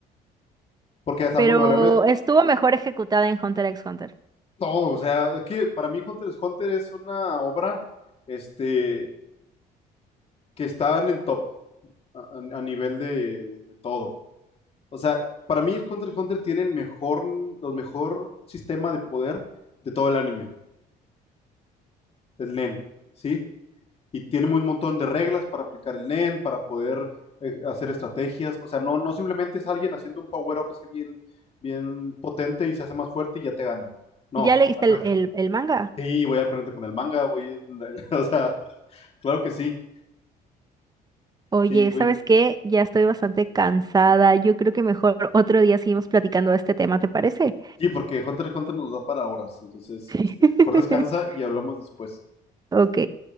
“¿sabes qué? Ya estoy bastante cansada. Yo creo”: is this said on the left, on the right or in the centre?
Right